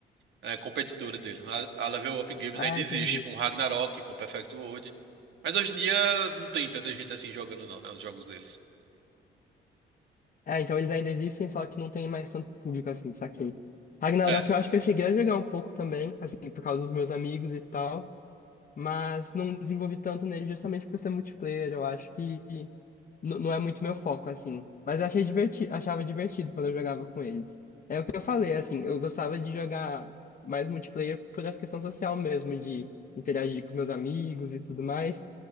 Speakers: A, on the right; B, on the left.
A: é, competidora dele. A, a Level Up Games
B: ah,
A: ainda existe,
B: entendi.
A: com Ragnarok, com Perfect World. Mas hoje em dia não tem tanta gente assim jogando não, né? Os jogos deles.
B: É, então eles ainda existem, só que não tem mais tanto público assim, saquei. Ragnarok
A: É.
B: eu acho que eu cheguei a jogar um pouco também, assim, por causa dos meus amigos e tal, mas não desenvolvi tanto nele justamente por ser multiplayer, eu acho que n- não é muito meu foco, assim. Mas eu achei divertido, achava divertido quando eu jogava com eles. É o que eu falei, assim, eu gostava de jogar mais multiplayer por essa questão social mesmo, de interagir com os meus amigos e tudo mais,